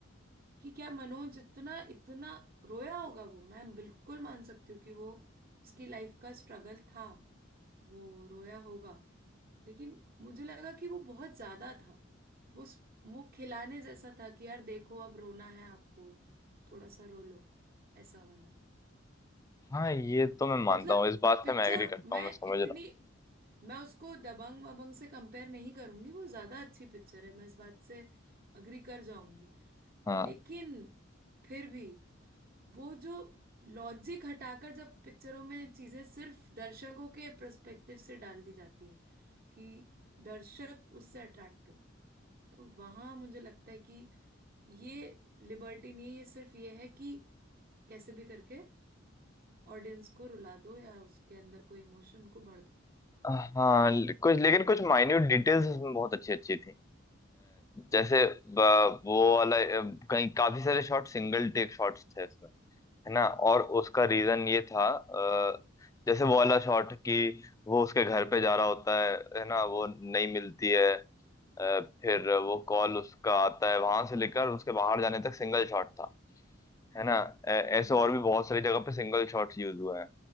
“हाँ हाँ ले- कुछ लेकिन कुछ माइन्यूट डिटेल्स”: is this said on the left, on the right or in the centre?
Left